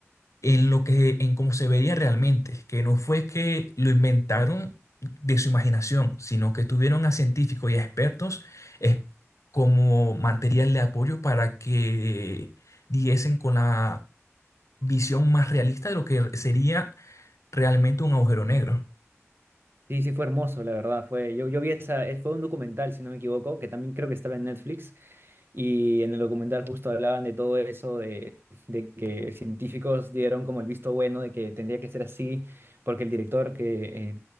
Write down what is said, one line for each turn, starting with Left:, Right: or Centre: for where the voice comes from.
Left: en lo que, en cómo se veía realmente, que no fue que lo inventaron de su imaginación, sino que tuvieron a científicos y a expertos eh, como material de apoyo para que diesen con la visión más realista de lo que sería realmente un agujero negro.
Right: sí, sí, fue hermoso, la verdad. Fue, yo, yo vi esa, eh, fue un documental, si no me equivoco, que también creo que estaba en Netflix. Y en el documental justo hablaban de todo eso, de, de que científicos dieron como el visto bueno de que tendría que ser así, porque el director que... eh,